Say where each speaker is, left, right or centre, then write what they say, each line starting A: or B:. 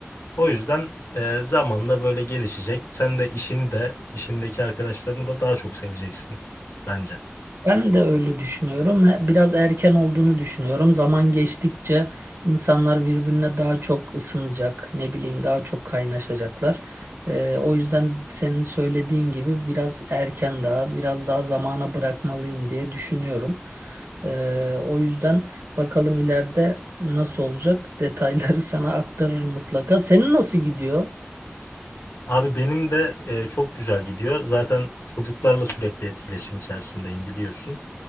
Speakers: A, on the left; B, on the right.
A: O yüzden e, zamanla böyle gelişecek. Sen de işini de işindeki arkadaşlarını da daha çok seveceksin bence.
B: Ben de öyle düşünüyorum. He- Biraz erken olduğunu düşünüyorum. Zaman geçtikçe insanlar birbirine daha çok ısınacak, ne bileyim daha çok kaynaşacaklar. Ee, o yüzden senin söylediğin gibi biraz erken daha, biraz daha zamana bırakmalıyım diye düşünüyorum. Ee, o yüzden bakalım ileride nasıl olacak. Detayları <laughs> sana aktarırım mutlaka. Senin nasıl gidiyor?
A: Abi benim de e, çok güzel gidiyor. Zaten çocuklarla sürekli etkileşim içerisindeyim biliyorsun.